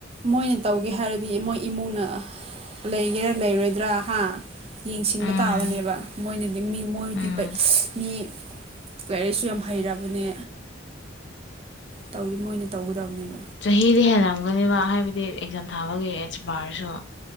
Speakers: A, on the right; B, on the left.
A: ꯃꯣꯏꯅ ꯇꯧꯒꯦ ꯍꯥꯏꯔꯗꯤ ꯃꯣꯏ ꯏꯃꯨꯡꯅ ꯂꯩꯒꯦꯔꯥ ꯂꯩꯔꯣꯏꯗ꯭ꯔꯥ ꯍꯥ ꯌꯦꯡꯁꯤꯟꯕ
B: ꯎꯝ
A: ꯇꯥꯕꯅꯦꯕ ꯃꯣꯏꯅꯗꯤ ꯃꯤ ꯃꯣꯏꯗꯤ
B: ꯎꯝ
A: ꯃꯤ ꯂꯥꯏꯔꯤꯛꯁꯨ ꯌꯥꯝ ꯍꯩꯔꯕꯅꯦ꯫ ꯇꯧꯗꯤ ꯃꯣꯏꯅ ꯇꯧꯒꯗꯕꯅꯦ꯫
B: ꯆꯍꯤꯗꯤ ꯍꯦꯜꯂꯝꯝꯒꯅꯦꯕ ꯍꯥꯏꯕꯗꯤ ꯑꯦꯛꯖꯥꯝ ꯊꯥꯕꯒꯤ ꯑꯦꯠꯁ ꯕꯥꯔꯁꯨ꯫